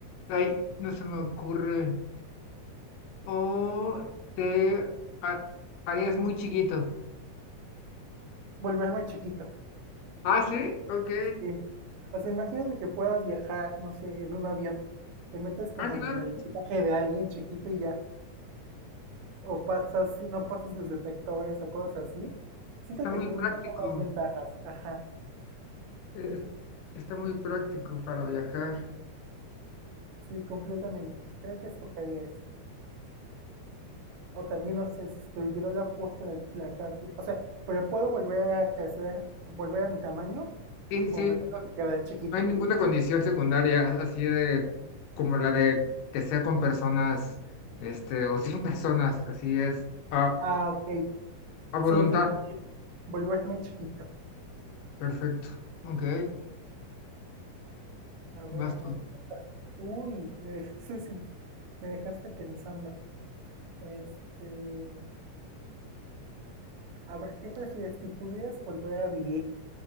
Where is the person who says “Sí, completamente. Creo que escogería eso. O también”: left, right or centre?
Right